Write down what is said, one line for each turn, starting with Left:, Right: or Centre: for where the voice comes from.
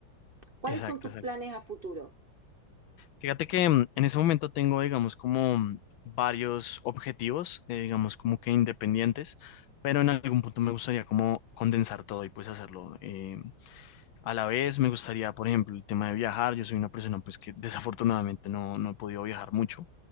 Right: ¿Cuáles
Left: exacto,
Right: son tus
Left: exacto.
Right: planes a futuro?
Left: Fíjate que mm, en ese momento tengo, digamos, como mm, varios objetivos, eh, digamos, como que independientes, pero en algún punto me gustaría como condensar todo y pues hacerlo. eh, a la vez me gustaría, por ejemplo, el tema de viajar. Yo soy una persona pues que desafortunadamente no, no he podido viajar mucho.